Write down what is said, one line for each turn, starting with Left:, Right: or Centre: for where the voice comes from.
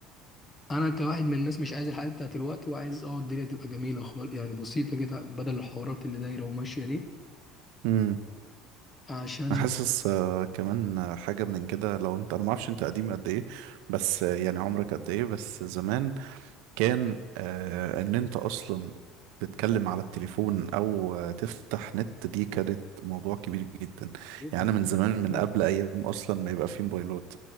Left: انا كواحد من الناس مش عايز الحياه بتاعت الوقت وعايز اه الدنيا تبقى جميله خالص يعني بسيطه كده بدل الحوارات اللي دايره وماشيه دي
Right: امم
Left: عشان
Right: انا حاسس آه، كمان آه، حاجه من كده لو انت انا ما اعرفش انت قديم قد ايه بس آه، يعني عمرك قد ايه بس زمان كان آه ان انت اصلا تتكلم على التليفون او آه، تفتح نت دي كانت موضوع كبير جدا
Left: <laughs>
Right: يعني انا من زمان من قبل ايام اصلا ما يبقى فيه موبايلات